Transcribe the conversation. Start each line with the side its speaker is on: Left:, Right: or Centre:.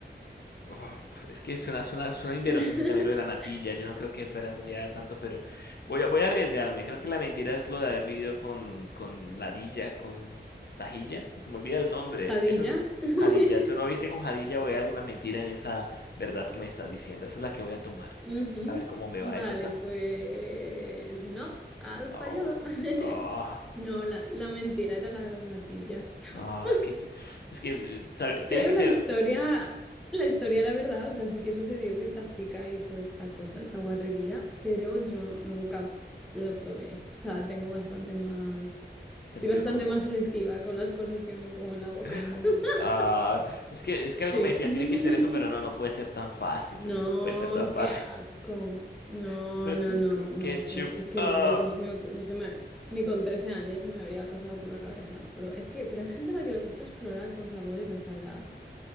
Left: Uf, es que suena, suena, suena inverosímil
Centre: <laughs>
Left: también lo de la natilla. Yo no creo que fueras allá tanto, pero voy a, voy a arriesgarme. Creo que la mentira es lo de haber vivido con, con Ladilla, con Tajilla. Se me olvida el nombre.
Centre: Jadilla.
Left: Esa es
Centre: <laughs>
Left: Jadilla. ¿Tú no viste con Jadilla o hay alguna mentira en esa verdad que me estás diciendo? Esa es la que voy a tomar.
Centre: Ujú.
Left: A ver cómo me
Centre: Vale,
Left: va. ¿Es esa?
Centre: pues no, has
Left: Oh,
Centre: fallado. <laughs>
Left: oh,
Centre: No, la, la mentira era la de las natillas.
Left: oh,
Centre: <laughs>
Left: es que, te- es que eh, sabe- tenía
Centre: Pero
Left: que
Centre: la
Left: ser
Centre: historia, la historia era verdad, o sea, sí que sucedió que esta chica hizo esta cosa, esta guarrería, pero yo nunca lo probé. O sea, tengo bastante más,
Left: sentido
Centre: soy bastante
Left: común.
Centre: más selectiva con las cosas que me pongo en la boca.
Left: <laughs>
Centre: <laughs>
Left: Ah, es que, es
Centre: Sí.
Left: que algo me decía,
Centre: <laughs>
Left: tiene que ser eso, pero no, no puede ser tan fácil.
Centre: No,
Left: Eso no puede ser tan fácil.
Centre: qué asco. No,
Left: <laughs> Natilla
Centre: no, no,
Left: con
Centre: no,
Left: ketchup.
Centre: que es que
Left: Ah,
Centre: vamos, no se me ocu- no se me ni con 13 años se me habría pasado por la cabeza, pero es que pero hay gente a la que le gusta explorar con sabores a esa edad,